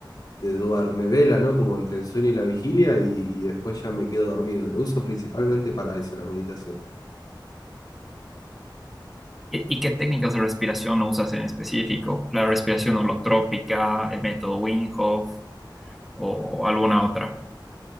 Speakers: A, on the left; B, in the centre.
A: de duerme vela, ¿no? Como entre el sueño y la vigilia y, y después ya me quedo dormido. Lo uso principalmente para eso, la meditación.
B: ¿Y, y qué técnicas de respiración usas en específico? ¿La respiración holotrópica, el método Wim Hof o alguna otra?